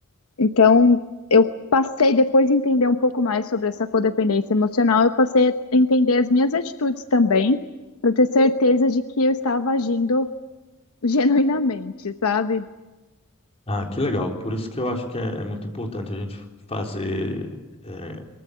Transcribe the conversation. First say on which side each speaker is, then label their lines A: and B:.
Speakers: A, on the left (about 75°); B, on the left (about 30°).
A: Então, eu passei, depois de entender um pouco mais sobre essa codependência emocional, eu passei a entender as minhas atitudes também, para ter certeza de que eu estava agindo <laughs> genuinamente, sabe?
B: Ah, que legal. Por isso que eu acho que é, é muito importante a gente fazer é,